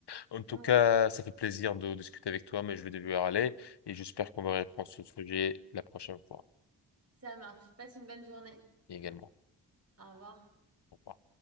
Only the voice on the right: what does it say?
oui.
Ça marche. Passe une bonne journée.
Au revoir.